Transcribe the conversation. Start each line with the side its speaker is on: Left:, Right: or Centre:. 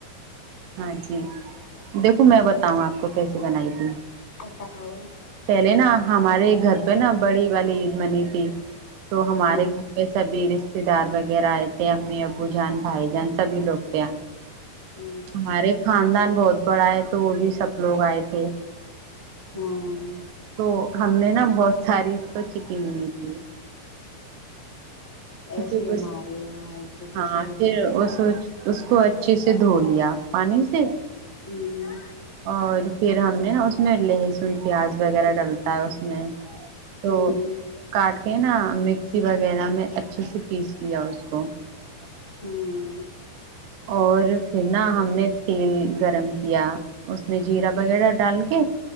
Right: ہاں جی دیکھو میں بتاؤں آپ کو کیسی بنائی تھی
Left: بتاؤ
Right: پہلے نا ہمارے گھر پہ نا بڑی والی عید منی تھی تو ہمارے
Left: ہوں
Right: گھر پہ سبھی رشتے رشتے دار وغیرہ آئے تھے امی ابو جان بھائی جان سبھی لوگ تھے یہ
Left: ہ
Right: ہمارے خاندان بہت پڑھ آئے تو وہ بھی سب لوگ آئے تھے
Left: ہاں
Right: تو ہم نے نا بہت ساری تو سکم لی تھی
Left: ایسے
Right: پھر
Left: ہی ہمارے
Right: اس
Left: یہاں ا تھے کچھ
Right: ہاں
Left: لوگ
Right: پھر اس اس کو اچھے سے دھو لیا پانی سے
Left: ہوں
Right: اور پھر ہم نے نا اس میں لہسن پیاز وغیرہ ڈالتا ہے میں تو
Left: ہوں
Right: کاٹ <unintelligible> نا مکسی وغیرہ میںچ <unintelligible> جچ <unintelligible> پیس لیا اس کو <unintelligible>
Left: ہوں
Right: اور پھر نا ہم نے تیل گرم کیا اس <unintelligible> میں جیرا وغیرہ ڈال کے